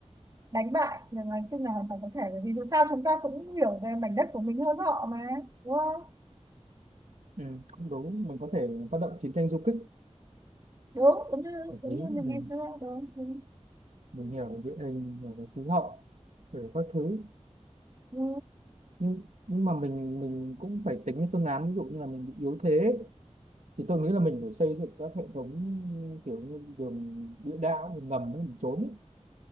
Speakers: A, on the right (about 30°); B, on the right (about 80°).
A: đánh bại người ngoài hành tinh là hoàn toàn có thể bởi vì dù sao chúng ta cũng hiểu về mảnh đất của mình hơn họ mà đúng không
B: ừ cũng đúng mình có thể phát động chiến tranh du kích
A: đúng giống như
B: hợp
A: giống
B: lý
A: như mình
B: mình
A: ngày xưa đúng, đúng.
B: mình hiểu về địa hình hiểu về khí hậu về các thứ
A: Ừ.
B: nhưng nhưng mà mình mình cũng phải tính cái phương án ví dụ như là mình bị yếu thế thì tôi nghĩ là mình phải xây dựng các hệ thống kiểu như đường địa đạo đường ngầm ấy, mình trốn ấy.